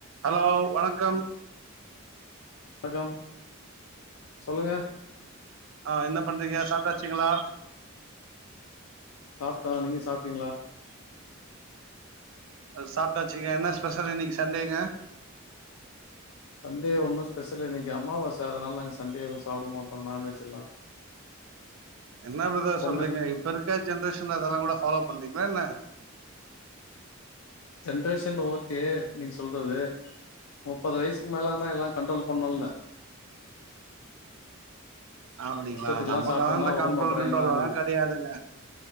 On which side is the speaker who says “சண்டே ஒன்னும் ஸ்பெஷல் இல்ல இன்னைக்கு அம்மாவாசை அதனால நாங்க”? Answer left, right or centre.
Left